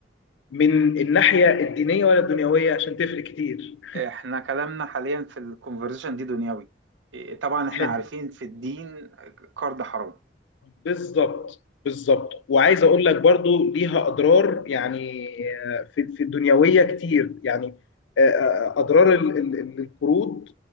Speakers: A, on the left; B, on the right.
A: من الناحيه الدينيه ولا الدنيويه عشان تفرق كتير
B: إحنا كلامنا حاليا في الكونفرزيشن دي دنيوي إيه، طبعا إحنا
A: حلو
B: عارفين في الدين قرض حرام
A: بالظبط بالظبط وعايز اقول لك برضو ليها اضرار يعني آه، في في الدنيويه كتير يعني آه، آه، اضرار ال- ال- ال- القروض